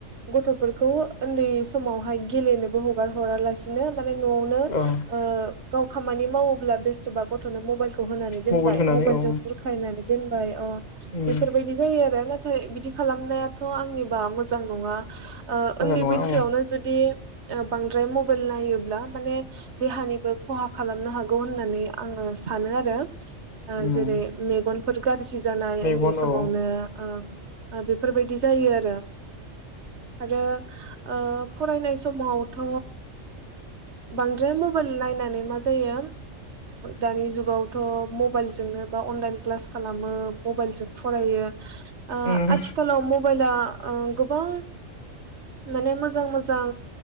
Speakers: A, on the right; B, on the left.
A: गथ'फोरखौ उन्दै समावहाय गेलेनोबो हगार हरालासिनो माने न'आवनो
B: औ
A: गाव खामानि माव ब्ला बेस्थबा गथ गथ'नो मबाइलखौ होनानै दोनबाय
B: मबाइल होनानै
A: मबाइलजों
B: औ
A: बुरखायनानै दोनबाय अ
B: उम
A: बेफोरबायदि जायो आरो ना। नाथाय बिदि खालामनायाथ' आंनिबा मोजां नङा। ओ
B: मोजां
A: उन्दै
B: नङा
A: बैसोआवनो
B: औ
A: जुदि बांद्राय मबाइल नायो ब्ला माने देहानिबो खहा खालामनो हागौ होनना नानै आङो सानो आरो ।
B: उम
A: जेरै मेगन फोर गाज खुसि जानाय
B: मेगन
A: उन्दै समावनो
B: औ
A: ओ बेफोरबायदि जायो आरो आरो ओ फरायनाय समावथ' बांद्राय म बाइल नायनानै मा जायो दानि जुगावथ' मबाइलजोंनो बा अनलाइन क्लास खालामो मबाइलजों फरायो ओ
B: उम
A: आथिखालाव मबाइलआ ओ गोबां माने मोजां मोजां